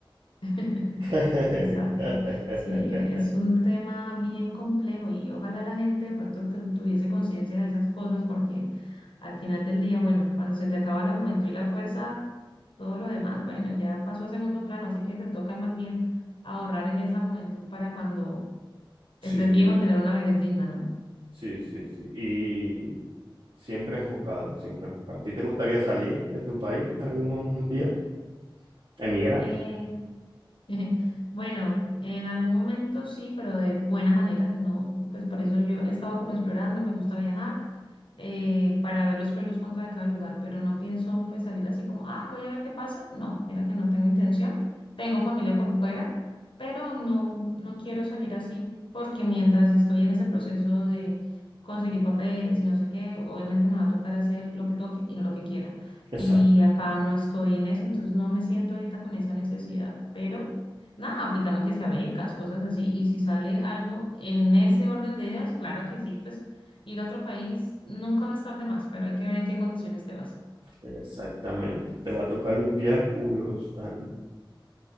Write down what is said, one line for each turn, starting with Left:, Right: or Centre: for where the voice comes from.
Left: <laughs>
Right: <laughs>
Left: exacto. Sí, e- es un tema bien complejo y ojalá la gente de pronto tu- tuviese conciencia de esas cosas porque al final del día, bueno, cuando se te acaba la juventud y la fuerza, todo lo demás, bueno, ya pasó a segundo plano, así que te toca más bien ahorrar en esa juventud para cuando
Right: Sí,
Left: estés viejo tener una vejez digna, ¿no?
Right: sí, sí, sí. Y siempre enfocado, siempre enfocado. ¿A ti te gustaría salir de tu país algún mo- día? ¿Emigrar?
Left: Eh, <laughs> Bueno, en algún momento sí, pero de buena manera, no, pues por eso yo he estado como explorando, me gusta viajar eh, para ver los pros y los contras de cada lugar, pero no pienso pues salir así como, ah, voy a ver qué pasa. No, mira que no tengo intención. Tengo familia por fuera, pero no, no quiero salir así porque mientras estoy en ese proceso de conseguir papeles y no sé qué, obviamente me va a tocar hacer lo que toque y no lo que quiera.
Right: Exacto,
Left: Y acá no estoy en eso, entonces no me siento ahorita con esa necesidad, pero... Nada, aplicando que sea becas, cosas así. Y si sale algo en ese orden de ideas, claro que sí, pues ir a otro país nunca va a estar de más, pero hay que ver en qué condiciones te vas.
Right: exactamente. Te va a tocar limpiar culos, Dani.